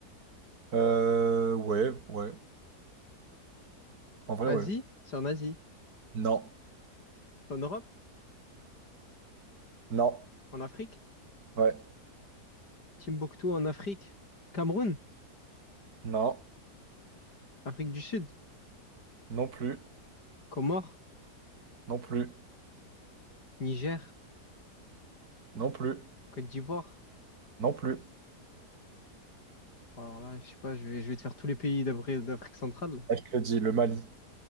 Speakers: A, on the right; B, on the left.
A: Euh, ouais, ouais. En vrai,
B: Asie,
A: ouais.
B: c'est en Asie.
A: Non.
B: C'est en Europe,
A: Non.
B: en Afrique.
A: Ouais.
B: Timbuktu en Afrique. Cameroun,
A: Non.
B: Afrique du Sud.
A: Non plus.
B: Comores,
A: Non plus.
B: Niger,
A: Non plus.
B: Côte d'Ivoire.
A: Non plus.
B: Alors là, je sais pas, je vais, je vais te faire tous les pays d'Afrique d'Afrique centrale.
A: Ah, Je te le dis, le Mali.